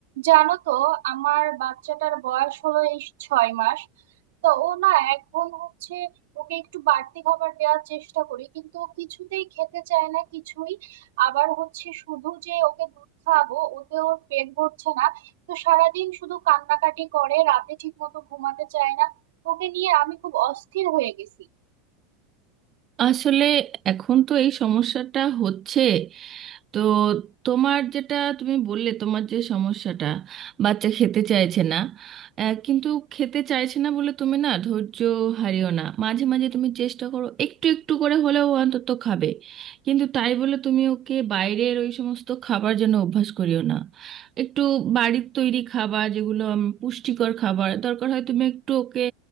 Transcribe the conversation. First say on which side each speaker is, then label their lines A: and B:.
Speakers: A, on the right (about 80°); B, on the right (about 30°).
A: জানো তো আমার বাচ্চাটার বয়স হলো এই ছয় মাস তো ও না এখন হচ্ছে ওকে একটু বাড়তি খাবার দেওয়ার চেষ্টা করি কিন্তু ও কিছুতেই খেতে চায় না কিছুই আবার হচ্ছে শুধু যে ওকে দুধ খাওয়াবো ওতে ওর পেট ভরছে না তো সারাদিন শুধু কান্নাকাটি করে রাতে ঠিক মতো ঘুমাতে চায় না ওকে নিয়ে আমি খুব অস্থির হয়ে গেছি
B: আসলে এখন তো এই সমস্যাটা হচ্ছে তো তোমার যেটা তুমি বললে তোমার যে সমস্যাটা বাচ্চা খেতে চাইছে না আহ, কিন্তু খেতে চাইছে না বলে তুমি না ধৈর্য হারিও না মাঝে মাঝে তুমি চেষ্টা করো একটু একটু করে হলেও ও অন্তত খাবে কিন্তু তাই বলে তুমি ওকে বাইরের ওই সমস্ত খাবার যেন অভ্যাস করিও না একটু বাড়ির তৈরি খাবার যেগুলো উম, পুষ্টিকর খাবার দরকার হয় তুমি একটু ওকে